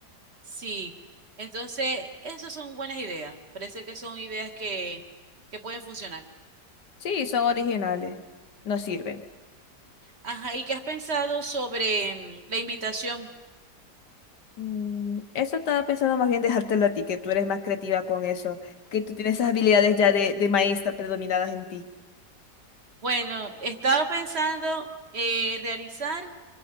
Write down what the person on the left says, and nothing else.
Sí, son originales. No sirven.
Mm, eso estaba pensando más bien dejártelo a ti, que tú eres más creativa con eso, que tú tienes esas habilidades ya de, de maestra predominadas en ti.